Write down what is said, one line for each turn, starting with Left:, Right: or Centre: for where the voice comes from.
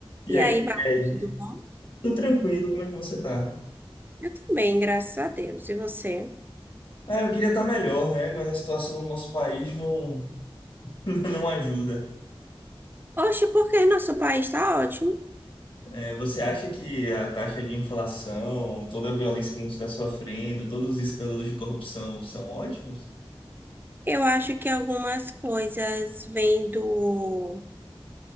Left: E
Right: E
Left: aí,
Right: aí, Bafo,
Left: Kelly?
Right: tudo bom?
Left: Tudo tranquilo, como é que você tá?
Right: Eu também, graças a Deus. E você?
Left: Ah, eu queria estar melhor, né? Mas a situação do nosso país não, <laughs> não ajuda.
Right: Oxe, porque nosso país está ótimo.
Left: É, você acha que a taxa de inflação, toda a violência que a gente está sofrendo, todos os escândalos de corrupção são ótimos?
Right: Eu acho que algumas coisas vêm do,